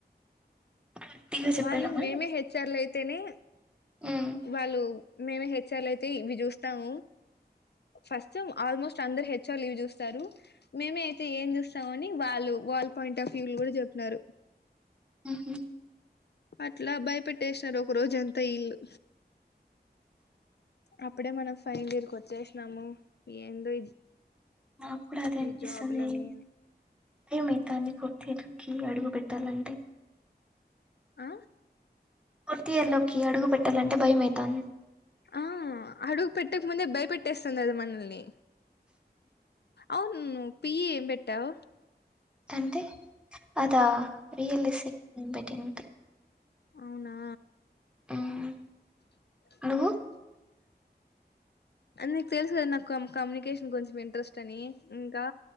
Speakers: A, in the centre; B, on the left.
A: గట్టిగా చెప్పాడమ్మా
B: వాళ్ళు మేమే హెచ్చర్లు అయితేనే
A: మ్మ్
B: వాళ్ళు మేమే హెచ్ఆర్లు అయితే ఇవి చూస్తాము ఫస్ట్ ఆల్మోస్ట్ అందరు హెచ్ఆర్లు ఇవి చూస్తారు మేమే అయితే ఏం చూస్తామని వాళ్ళు వాల్ పాయింట్ ఆఫ్ వ్యూ లో కూడ చెప్పినరు
A: హు హు
B: అట్ల భయపెట్టేసారు ఒక రోజంతా ఇళ్లు అప్పుడే మనం ఫైనల్ ఇయర్ కి వచ్చేసినాము ఏందో
A: నా కూడ అదే
B: ఈ
A: అనిపిస్తుంది
B: జాబులన్నీ అని
A: బయం అయితంది కొద్దిగ ఇంగ అడుగు పెట్టాలంటే
B: ఆ
A: ఫోర్త్ ఇయర్ లోకి అడుగు పెట్టాలంటే భయమైతాంది
B: ఆ అడుగు పెట్టకు ముందే భయపెట్టేస్తునారు మనల్ని అవును పి ఏంబెట్టవ్
A: అంటే అద వి ఎల్ ఎస్ ఐ నేను <unintelligible> పెట్టిన
B: అవునా
A: మ్మ్
B: <inaudible>
A: నువ్వు
B: నీకు తెలుసు కదా నాకు కమ్యూనికేషన్ కొంచెం ఇంట్రెస్ట్ అని ఇంకా